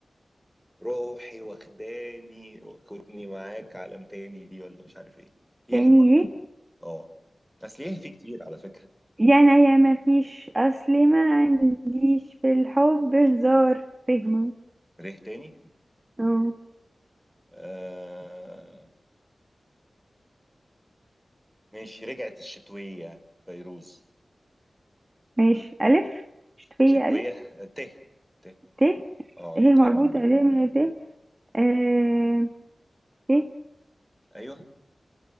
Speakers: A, in the centre; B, on the right (about 30°).
A: روحي واخداني وكنتني معاك عالم تاني دي ولا مش عارف ايه ياه
B: تاني
A: برضه
B: ايه
A: اه اصل ياه في كتير على فكرة
B: يا أنا يا ما فيش أصل ما عنديش في الحب هزار فهمه
A: ره تاني
B: اه
A: آه ماشي رجعت الشتوية فيروز
B: ماشي ألف شتوية
A: شتوية
B: ألف
A: ته ته
B: ت
A: اه
B: ه مربوطة
A: ته موجود.
B: ل من ت آه، ت
A: ايوه